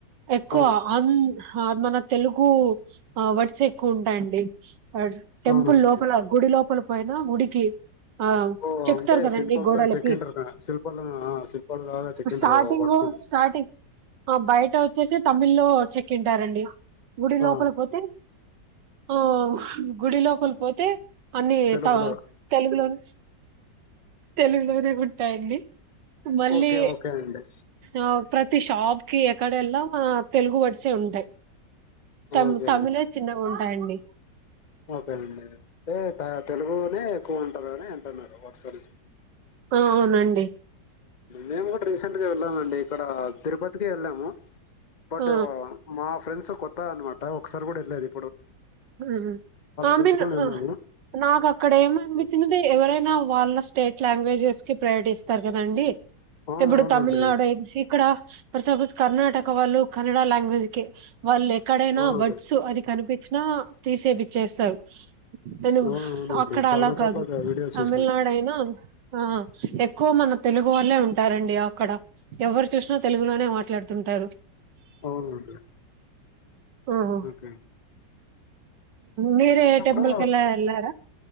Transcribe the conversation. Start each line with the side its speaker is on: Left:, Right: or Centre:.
Right: ఎక్కువ
Left: ఆ
Right: అన్ మన తెలుగు వర్డ్స్ ఎక్కువ ఉంటాయండి టె టెంపుల్
Left: అవునండి
Right: లోపల గుడి లోపల పోయినా గుడికి ఆ
Left: ఓ
Right: చెప్తారు
Left: అంటే
Right: కదండి
Left: శిల్పంలా
Right: గోడలకి
Left: చెక్కింటారు కదా శిల్పంలో ఆ శిల్పంలాగా చెక్కింటారు
Right: స్టార్టింగ్
Left: వర్డ్స్ ని
Right: స్టార్టింగ్ ఆ బయట వచ్చేసి తమిళ్ లో చెక్ంటారండి గుడి
Left: ఆ
Right: లోపలి పోతే ఆ గుడి లోపలి పోతే అన్ని
Left: తెలుగులో
Right: త తెలుగులోని తెలుగులోనే ఉంటాయండి మళ్ళీ
Left: ఓకే ఓకే అండి
Right: ఆ ప్రతి షాప్ కి ఎక్కడెల్లా తెలుగు వర్డ్స్ ఏ ఉంటాయ్ తమ్
Left: ఓకే
Right: తమిళే చిన్నగ ఉంటాయండి
Left: ఓకేనండి అంటే తెలుగునే ఎక్కువ ఉంటారు కాని న వాట్సలు
Right: ఆ అవునండి
Left: మేము కూడా రీసెంట్ గా వెళ్ళామండి. ఇక్కడ తిరుపతికి వెళ్ళాము. బట్
Right: ఆ
Left: మా ఫ్రెండ్స్ కొత్తా అనమాట ఒకసారి కూడా వెళ్ళలేదు.
Right: ఉహు ఆమెన్
Left: పిలుచుకొని వెళ్ళాము.
Right: నాకు అక్కడ ఏమో అనిపించిందిటె ఎవరైనా వాళ్ళ స్టేట్ లాంగ్వేజెస్ కి ప్రయరిటిస్తారు కదండి.
Left: అవునవునండి.
Right: ఇప్పుడు తమిళనాడు అయి ఇక్కడ సపోజ్ కర్ణాటక వాళ్ళు కన్నడ లాంగ్వేజ్ కి వాళ్ళు ఎక్కడైనా
Left: అవునండి.
Right: వర్డ్స్ అది కనిపి నా తీసేపిచ్చేస్తారు. తెలుగు
Left: అవునవునండి.
Right: అక్కడ
Left: చాలా
Right: అలా
Left: చోట్ల
Right: కాదు
Left: జ వీడియోస్
Right: తమిళనాడు
Left: చూసినాను.
Right: అయినా ఆ ఎక్కువ మన తెలుగు వాళ్ళలే ఉంటారండి. అక్కడ ఎవరు చూసినా తెలుగులోనే మాట్లాడుతుంటారు.
Left: అవునండి
Right: ఓహో
Left: ఓకే
Right: మీరే
Left: వెళ్ళినప్పుడు
Right: టెంపుల్ కల్ల ఎల్లారా